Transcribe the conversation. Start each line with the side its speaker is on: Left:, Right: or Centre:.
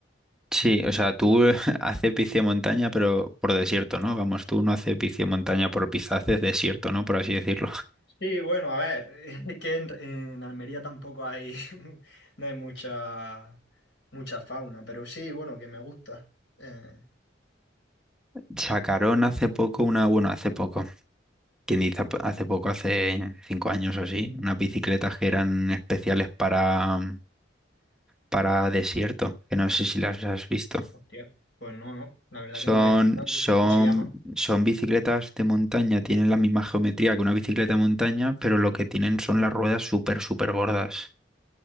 Centre: Sí, o sea, tú <laughs> haces bici de montaña, pero por desierto, ¿no? Vamos, tú no haces bici de montaña por pista, haces desierto, ¿no? Por así decirlo.
Left: Sí, bueno, a ver, <laughs> es que en, en Almería tampoco hay, <laughs> no hay mucha mucha fauna, pero sí, bueno, que me gusta. Eh,
Centre: <laughs> Sacaron hace poco una, bueno, hace poco, quien dice ap- hace poco, hace cinco años o así, unas bicicletas que eran especiales para, para desierto, que no sé si las has visto.
Left: hostia, pues no, no, la verdad
Centre: Son,
Left: que no lo había escuchado.
Centre: son,
Left: ¿Cómo se llama?
Centre: son bicicletas de montaña, tienen la misma geometría que una bicicleta de montaña, pero lo que tienen son las ruedas súper, súper gordas.